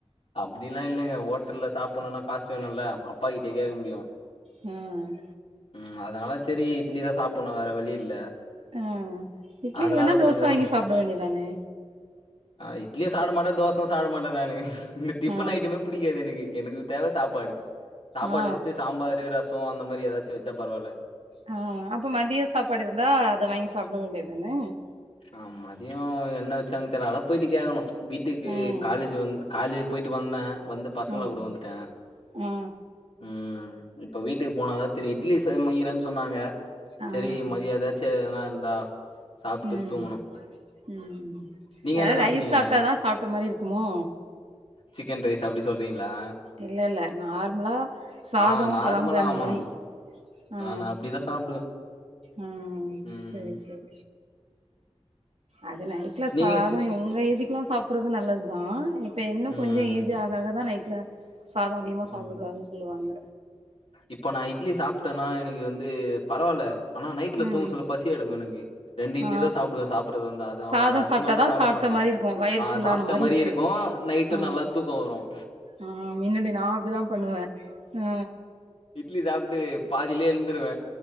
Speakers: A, on the left; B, on the right.
A: அப்டியெல்லா இல்லங்க ஹோட்டல்ல சாப்பிடணுன்னா காசு வேணுல்லா அப்பா கிட்டே கேட்க முடியு
B: ம்
A: ம் அதனால சரி இட்லி தா சாப்பிடணு வேற வழி இல்ல
B: ஆ இட்லி
A: அதனால
B: இல்லன்னா தோச
A: கொஞ்சோ
B: வாங்கி சாப்பிட வேண்டியதான
A: இட்லியு சாட மாட்டே தோச சாடமாட்டே நானு இந்த டிப்பண்
B: ஆ
A: ஐட்டமே பு பிடிக்காது எனக்கு எனக்கு தேவ சாப்பாடு சாப்பாட
B: ஆ
A: வெச்சிட்டு சாம்பாரு ரசோ சோ அந்த மாதிரி ஏதாச்சி வெச்சா பரவால்ல
B: ஆ அப்போ மதிய சாப்பாடு இருந்தா அத வாங்கி சாப்ட வேண்டியதான
A: ஆ மதியோ என்ன வெச்சாங்க தெரில அதா போயிட்டு கேட்கணு வீட்டுக்கு
B: ம்
A: காலேஜ் வந்து காலேஜ் போயிட்டு வந்தே வந்து பசங்கள
B: ம்
A: கூட வந்துட்ட
B: ஆ
A: ம் இப்ப வீட்டுக்கு போனாதா தெரியு இட்லி செயிறன்னு சொன்னாங்க
B: ஆ
A: செரி மதிய ஏதாச்சி எதனா இருந்தா சாப்ட்டு
B: ம்
A: தூங்கணு
B: ம்
A: நீங்க
B: அதாவது
A: என்ன சமச்சீங்க
B: ரைஸ் சாப்ட்டாதா சாப்ட்ட மெரி இருக்குமோ
A: சிக்கன் ரைஸ் அப்டி சொல்றீங்களா
B: இல்ல இல்ல நார்மலா சாதோ
A: ஆ நார்மலா
B: கொழம்பு அந்த
A: ஆமா
B: மெரி ஆ
A: நா அப்டிதா சாப்டுவே
B: ஆ
A: ம்
B: செரி செரி அத நைட்ல சாத
A: நீங்க
B: எங்க ஏஜிக்குல்லா சாப்றது நல்லதுதா இப்ப இன்னும்
A: ம்
B: கொஞ்ச ஏஜி ஜ் ஆக ஆக தா நைட்ல சாதோ அதிகமா சாப்பிடக்
A: ம்
B: கூடாதுன்னு சொல்லுவாங்க
A: இப்ப நா இட்லி சாப்ட்டன்னா எனக்கு வந்து பரவால்ல ஆனா நைட்ல
B: ம்
A: துங்க சொல்ல பசி சி எடுக்கும் எனக்கு ரெண்டு இட்லி
B: ஆ
A: தா சாப்டுவ சாப்பறதா இருந்தா அது அவளதா
B: சாதோ
A: அதுக்கு
B: சாப்ட்டாதா
A: மேல்லா சாப்டமாட்ட
B: சாப்ட்ட மாரி இருக்கு வயிறு
A: ஆ
B: ஃபுல்லான
A: சாப்ட்ட
B: மாரி
A: மெரி
B: இருக்கு
A: இருக்கோ நைட்டு
B: ஆ
A: நல்லா தூக்க வரும்
B: ஆ மின்னாடி நா அப்டிதா பண்ணுவே ஆ
A: இட்லி சாப்ட்டு பாதிலயே எழுந்துருவே